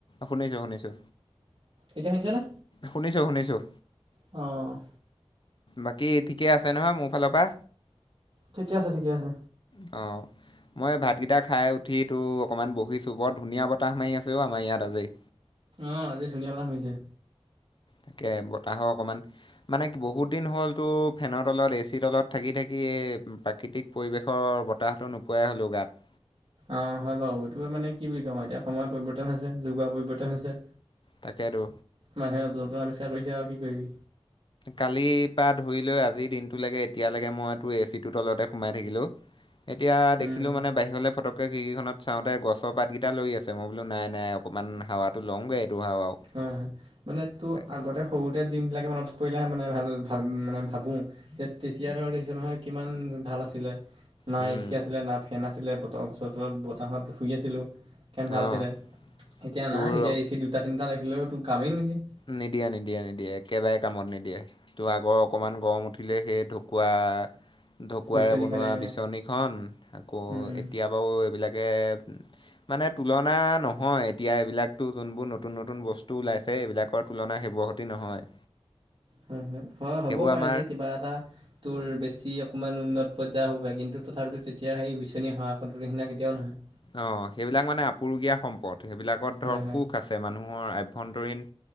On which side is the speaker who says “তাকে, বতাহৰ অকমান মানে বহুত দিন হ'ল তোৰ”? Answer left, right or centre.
Left